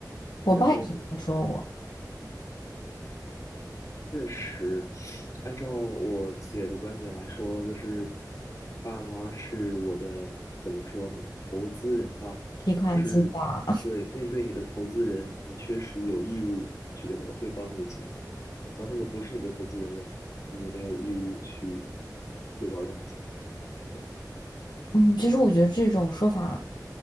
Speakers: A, on the left; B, on the left.
A: 我爸也是这么说我，
B: 然后确实，按照我姐的观点来说，就是爸妈是我的，怎么说呢，投资人吧，
A: 提款机啦，
B: 就是对，面对你的投资人，你确实有义务去跟他们汇报你的情况。当他们不是你的投资人了，你也没有义务去汇报任何情况。这样。
A: <laughs> 嗯，其实我觉得这种说法